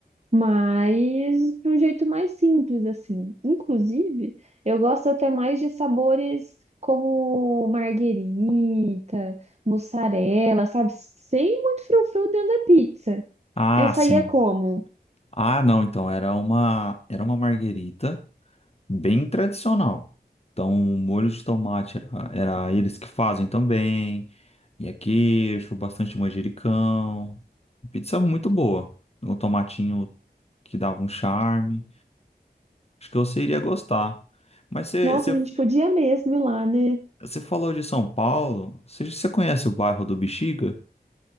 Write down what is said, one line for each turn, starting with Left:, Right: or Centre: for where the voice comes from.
Right: mas de um jeito mais simples, assim. Inclusive, eu gosto até mais de sabores como marguerita, mussarela, sabe? Sem muito frufru dentro da pizza.
Left: Ah,
Right: Essa
Left: sim.
Right: aí é como?
Left: Ah, não, então era uma era uma marguerita bem tradicional. Então, o molho de tomate era, era eles que fazem também. E é queijo, bastante manjericão. Pizza muito boa. Um tomatinho que dava um charme. Acho que você iria gostar. Mas você
Right: Nossa,
Left: você-
Right: a gente podia mesmo ir lá, né?
Left: você falou de São Paulo. Você, você conhece o bairro do Bexiga?